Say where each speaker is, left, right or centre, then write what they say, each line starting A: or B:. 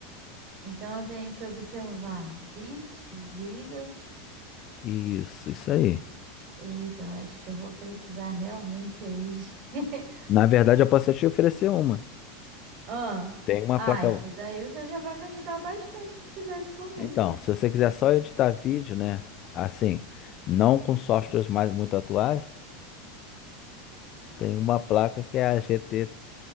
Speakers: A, on the right; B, on the left.
A: Então eu tenho que observar bits giga.
B: Isso, isso aí.
A: Eita, eu acho que eu vou precisar realmente aí de <laughs>
B: Na verdade, eu posso até te oferecer uma.
A: Ah,
B: Tem uma
A: ah,
B: placa.
A: isso daí você já vai me ajudar bastante se fizer isso por
B: Então,
A: mim.
B: se você quiser só editar vídeo, né? Assim, não com softwares mais muito atuais, tem uma placa que é a